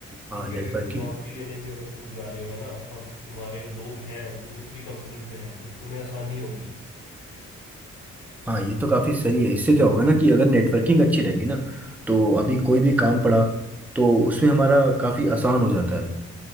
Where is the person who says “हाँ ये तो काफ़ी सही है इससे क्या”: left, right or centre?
Centre